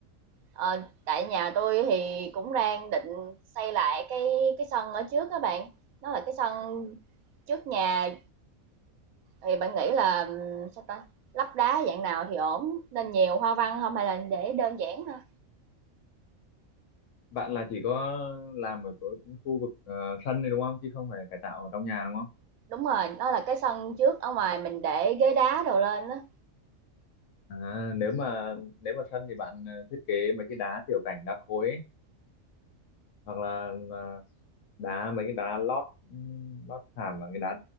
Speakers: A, on the right; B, on the left.
A: ờ, tại nhà tôi thì cũng đang định xây lại cái cái sân ở trước các bạn. Nó là cái sân trước nhà Thì bạn nghĩ là, ừm, sao ta, lắp đá dạng nào thì ổn, nên nhiều hoa văn không hay là để đơn giản thôi?
B: bạn là chỉ có làm ở chỗ những khu vực ờ, sân này đúng không chứ không phải cải tạo ở trong nhà đúng không
A: Đúng rồi, đó là cái sân trước ở ngoài mình để ghế đá đồ lên á.
B: à, nếu mà nếu mà sân thì bạn ờ, thiết kế mấy cái đá tiểu cảnh đá khối ấy. hoặc là là đá mấy cái đá lót lót thảm và cái đá